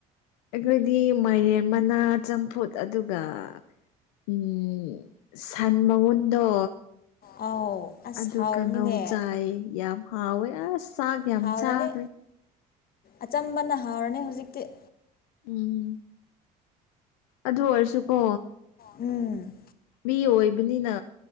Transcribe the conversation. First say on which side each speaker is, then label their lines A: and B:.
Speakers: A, on the left; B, on the left.
A: ꯑꯩꯈꯣꯏꯗꯤ ꯃꯥꯏꯔꯦꯟ ꯃꯅꯥ ꯆꯝꯐꯨꯠ ꯑꯗꯨꯒ ꯎꯝ ꯁꯟ ꯃꯉꯟꯗꯣ
B: ꯑꯥꯎ ꯑꯁ
A: ꯑꯗꯨ
B: ꯍꯥꯎꯔꯅꯤꯅꯦ
A: ꯀꯥꯡꯉꯧ ꯆꯥꯏꯌꯦ ꯌꯥꯝ ꯍꯥꯎꯋꯦ ꯑꯁ ꯆꯥꯛ ꯌꯥꯝ
B: ꯍꯥꯎꯔꯅꯤ
A: ꯆꯥꯈ꯭ꯔꯦ
B: ꯑꯆꯝꯕꯅ ꯍꯥꯎꯔꯅꯤ ꯍꯧꯖꯤꯛꯇꯤ
A: ꯎꯝ ꯑꯗꯨ ꯑꯣꯏꯔꯁꯨꯀꯣ
B: ꯎꯝ
A: ꯃꯤ ꯑꯣꯏꯣꯏ ꯍꯥꯏꯕꯅꯤꯅ